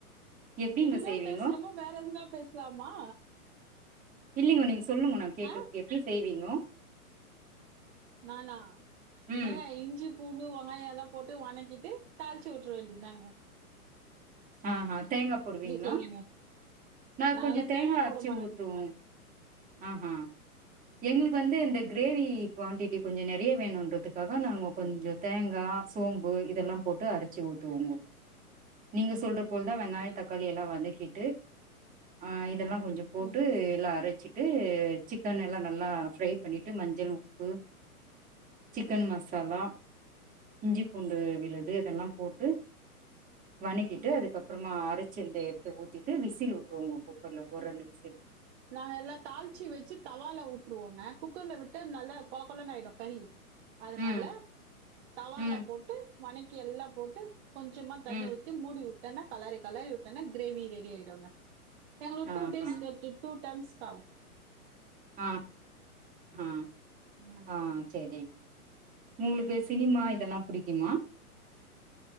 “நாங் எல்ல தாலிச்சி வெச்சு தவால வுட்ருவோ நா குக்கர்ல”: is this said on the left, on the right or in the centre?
Right